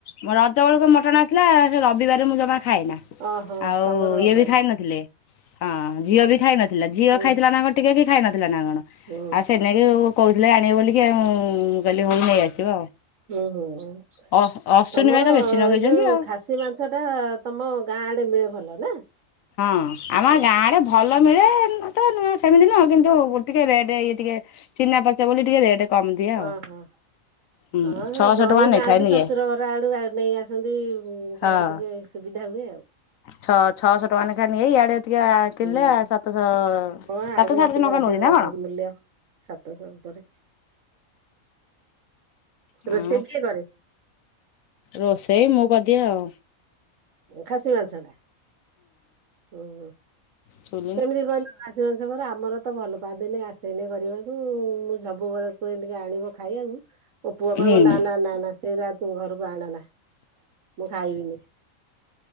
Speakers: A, on the left; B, on the right.
A: ମୋ ରଜ ବେଳକୁ ମଟନ ଆସିଲା ସେ ରବିବାରେ ମୁଁ ଜମା ଖାଏନା।
B: ଓହୋ
A: ଆଉ
B: ତମର ରବିବାରେ।
A: ଇଏ ବି ଖାଇ ନଥିଲେ। ହଁ
B: ହୁଁ
A: ଝିଅ ବି ଖାଇ ନଥିଲା ଝିଅ
B: ହୁଁ
A: ଖାଇଥିଲା ନା କଣ ଟିକେ କି ଖାଇ ନଥିଲା ନା କଣ ଆଉ
B: ହୁଁ
A: ସେ ନେଇକି କଉ ଥିଲେ ଆଣିବ ବୋଲିକି ଆଉଁ ମୁଁ କଇଲି ହଉ ନେଇ ଆସିବ।
B: ଉଁ ହୁଁ
A: ଅ ଅଶ୍ୱିନୀ
B: ତମର
A: ଭାଇ ତ ବେଶୀ
B: ଏଇ
A: ନଗେଇଛନ୍ତି
B: ଯୋଉ
A: ଆଉ।
B: ଖାସି ମାଂସ ଟା ତମ ଗାଁ ଆଡେ ମିଳେ ଭଲ ନା
A: ହଁ ଆମ
B: ଓହୋ।
A: ଗାଁ ଆଡେ ଭଲ ମିଳେ ତ ନୁଅଁ ସେମିତିି ନୁଅଁ କିନ୍ତୁ ଟିକେ ରେଟ୍ ଇଏ ଟିକେ ଚିହ୍ନା ପରିଚୟ ବୋଲି ଟିକେ ରେଟ୍। କମ ଦିଏ ଆଉ
B: ଓହୋ।
A: ହୁଁ
B: ହଁ ସେ
A: ଛଅଶହ
B: ଜଇଁ
A: ଟଙ୍କା ନେଖାଏ
B: ଯାଆନ୍ତି
A: ନିଏ।
B: ଶ୍ୱଶୁର ଘର ଆଡୁ ନେଇ ଆସନ୍ତି
A: ହଁ
B: ତାଙ୍କୁ ଟିକେ ସୁବିଧା ହୁଏ ଆଉ।
A: ଛଅ ଛଅଶହ ଟଙ୍କା ଲେଖା ଏଇ ଇଆଡେ ଏତିିକେ କିଣିଲେ
B: ହୁଁ।
A: ସାତଶହ ସାତହ
B: ହଁ
A: ସାାତଶହ
B: ଆଡେ
A: ଆଠାସ
B: ଟିକେ
A: ଟଙ୍କା
B: ଅଧିକ
A: ନିଏ।
B: ମୂଲ୍ୟ ସାତଶହ ଉପରେ।
A: ହଁ
B: ରୋଷେଇ କିଏ କରେ
A: ରୋଷେଇ ମୁଁ କରିଦିଏ ଆଉ।
B: ଖାସି ମାଂସ ଟା
A: ଚ <inaudible>
B: କେମିତି କହିଲ ଖାଶୀ ମାଂସ କର ଆମର ତ ଭଲ ପାଆନ୍ତି ଆସେନି କରିବାକୁ ମୁଁ ସବୁ ବେଳେ। କୁ ଟିକେ ଆଣିବ ଖାଇବାକୁ ମୋ ପୁଅ କହିବ
A: ହୁଁ
B: ନା ନା ନା ନା ସେଇା ତୁ ଘରକୁ ଆଣନା। ମୁଁ ଖାଇବିନି